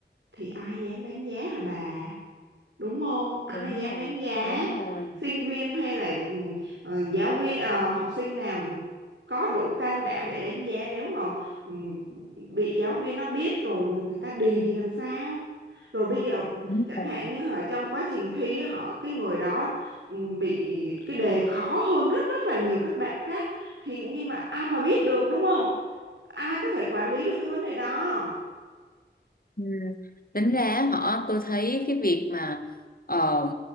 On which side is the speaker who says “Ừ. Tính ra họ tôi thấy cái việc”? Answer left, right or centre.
Left